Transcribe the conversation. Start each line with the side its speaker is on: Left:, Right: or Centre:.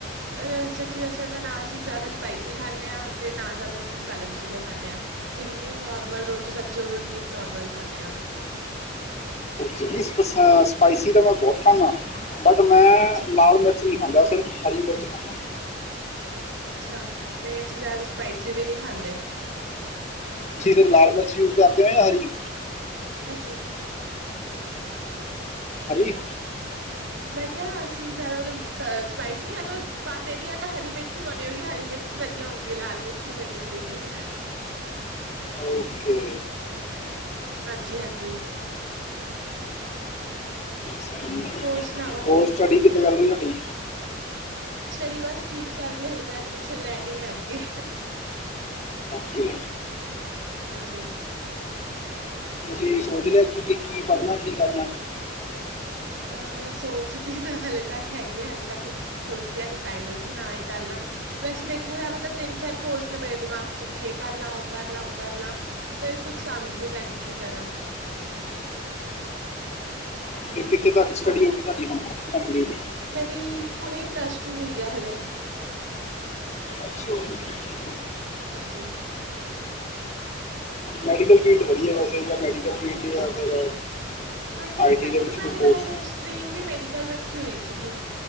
Right: ਅ ਸੱਚੀ ਦੱਸਿਆ ਤਾਂ ਨਾ ਅਸੀਂ ਜਿਆਦਾ ਸਪਾਇਸੀ ਖਾਂਦੇ ਹਾਂ ਤੇ ਨਾ ਜ਼ਿਆਦਾ ਅਸੀਂ ਮਸਾਲੇ ਮਸੂਲੇ ਖਾਂਦੇ ਹਾਂ। ਜਿੰਨੀ ਨੋਰਮਲ ਰੋਟੀ ਸਬਜ਼ੀ ਹੋਵੇ ਉਨੀ ਨੋਰਮਲ ਖਾਂਦੇ ਹਾਂ।
Left: ਜੀ ਨਹੀਂ ਸਪਾਈਸੀ ਤਾਂ ਮੈਂ ਬਹੁਤ ਖਾਂਦਾ ਬਟ ਮੈਂ
Right: ਅੱਛਾ
Left: ਲਾਲ ਮਿਰਚ। ਲਾਲ ਮਿਰਚ ਨਹੀਂ ਖਾਂਦਾ, ਸਿਰਫ ਹਰੀ ਮਿਰਚ ਖਾਂਦਾ।
Right: ਅੱਛਾ ਨਹੀਂ ਅਸੀਂ ਜ਼ਿਆਦਾ ਸਪਾਇਸੀ ਵੀ ਨਹੀਂ ਖਾਂਦੇ।
Left: ਤੁਸੀ ਲਾਲ ਮਿਰਚ ਯੂਜ ਕਰਦੇ ਹੋ ਜਾਂ ਹਰੀ?
Right: ਹਾਂਜੀ
Left: ਹਰੀ।
Right: ਮੈਂ ਕਿਹਾ ਅਸੀਂ ਜ਼ਿਆਦਾ ਮਤਲਬ ਸ ਸਪਾਈਸੀ ਨਹੀਂ ਮਤਲਬ ਪਾਉਂਦੇ ਵੀ ਹਏ ਤਾਂ ਹਰੀ ਮਿਰਚ ਹੀ ਪਾਉਂਦੇ ਹਾਂ ਹਰੀ ਮਿਰਚ। ਹਰੀ ਮਿਰਚ ਵਧੀਆ ਹੁੰਦੀ ਹੈ ਲਾਲ ਮਿਰਚ ਨੀ ਵਧੀਆ ਹੁੰਦੀ ਇੰਨੀ।
Left: ਓਕੇ।
Right: ਹਾਂਜੀ-ਹਾਂਜੀ
Left: ਸਹੀ ਹੈ
Right: ਹੋਰ ਸੁਣਾਓ?
Left: ਹੋਰ ਸਟੱਡੀ ਕਿਦਾ ਚੱਲ ਰਹੀ ਤੁਹਾਡੀ?
Right: ਸਟੱਡੀ ਬਸ ਠੀਕ ਚੱਲਦੀ, ਹਾਲੇ ਤਾਂ ਐਡਮਿਸ਼ਨ ਲੈਣੀ ਅੱਗੇ
Left: ੳਕੇ।
Right: ਹਾਂਜੀ।
Left: ਕੀ ਸੋਚ ਲੈ ਕੀ ਪੜ੍ਹਨਾ ਕੀ ਕਰਨਾ?
Right: ਅਹ ਸੋਚਦੀ ਤਾਂ ਹਾਲੇ ਤੱਕ ਹੈਗੀ ਆ, ਹਾਲੇ ਤੱਕ ਕੁਛ ਸੋਚਿਆ ਨੀ ਫਾਈਨਲ, ਕਿ ਹਾਂ ਇਹ ਕਰ ਲ ਵੈਸੇ ਦੇਖਿਆ ਜਾਵੇ ਤਾਂ ਤਿੰਨ ਚਾਰ ਕੋਰਸ ਨੇ ਮੇਰੇ ਦਿਮਾਗ 'ਚ ਕਿ ਇਹ ਕਰ ਲਾ, ਉਹ ਕਰ ਲਾ, ਉਹ ਕਰ ਲਾ ਫੇ ਕੁੱਛ ਸਮਝ ਨੀ ਪੈਂਦੀ ਕੀ ਕਰਾਂ
Left: ਅਤੇ ਕਿੱਥੇ ਤੱਕ ਸਟੱਡੀ
Right: ਹਾਂਜੀ।
Left: ਹੋਊਗੀ ਤੁਹਾਡੀ ਹੁਨ ਕੰਪਲੀਟ?
Right: ਮੇਰੀ ਹੁਣੇ ਪਲੱਸ ਟੂ ਹੋਈ ਆ ਹਲੇ
Left: ਅਛਾ।
Right: ਹਾਂਜੀ।
Left: ਮੈਡੀਕਲ ਫੀਲਡ ਵਧੀਆ ਵੈਸੇ ਜਾਂ ਮੈਡੀਕਲ ਫੀਲਡ, ਜਾਂ ਫਿਰ
Right: ਹਾਂਜੀ ਹਾਂ
Left: ਆਈਟੀ
Right: ਪਹਿਲੇ
Left: ਦੇ ਵਿੱਚ
Right: ਤੋਂ ਮੈਂ
Left: ਕੋਈ
Right: ਮਤਲਬ
Left: ਕੋਰਸ
Right: ਸਟ੍ਰਰੀਮ ਵੀ ਮੈਡੀਕਲ ਰੱਖੀ ਹੋਈ ਸੀਗੀ,